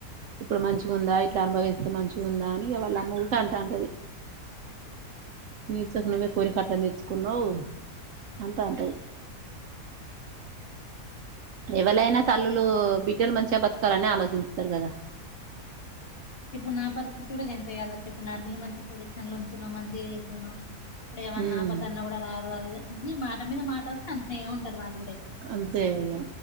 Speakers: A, on the right; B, on the left.
A: ఇప్పుడు మంచిగా ఉందా ఇట్లా అనుభవిస్తే మంచిగా ఉందా అని వాళ్ళ ముూక అంత అంతది
B: అవును
A: ఫ్యూచర్ కోరి కట్ట తెచ్చుకున్నావు అంతా అంటయి
B: అవును
A: ఎవలైనా తల్లులు బిడ్డలు మంచిగా బతకాలని ఆలోచించుతారు కద
B: ఇప్పుడు నా పరిస్థితి కూడ ఎంతే కదా ఇపుడు నార్మల్ <unintelligible> పొజిషన్ లో ఉంచను మంచి చడ్డను ఇప్పుడు ఏమన్నా
A: ఉమ్
B: అపదన్న కూడ రారు అది ఇ మాట మీద మాట వస్తే అంటనే ఉంటారు వాళ్
A: అంతేగ